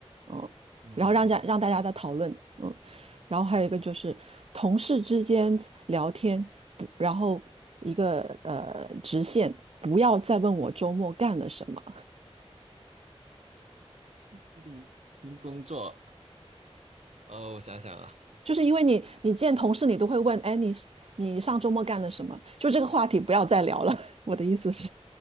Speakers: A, on the right; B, on the right.
A: 嗯，
B: 嗯
A: 然后让家让大家在讨论，嗯，然后还有一个就是同事之间聊天，
B: 嗯，
A: 不，然后一个呃直线，不要再问我周末干了什么。
B: 这个跟工作呃，我想想啊，
A: 就是因为你你见同事你都会问，哎，你是你上周末干了什么？就这个话题不要再聊了。<laughs> 我的意思是，